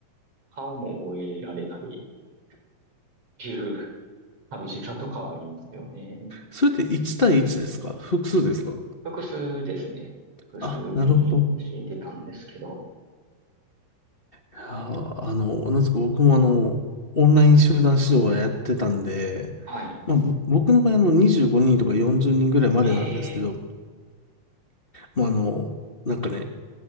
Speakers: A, on the right (about 40°); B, on the left (about 75°).
A: 顔も覚えられないっていう <laughs> 寂しさとかはありますよね。
B: それって1対1ですか複数ですか
A: 複数ですね。複数に教えてたんですけど、
B: あ、なるほど。いやー、あの、同じく僕もあの、オンライン集団指導はやってたんで、
A: はい。
B: まあ、ぼ僕の場合あの、25人とか40人ぐらいまでなんですけど、
A: ええ
B: もうあの、なんかね、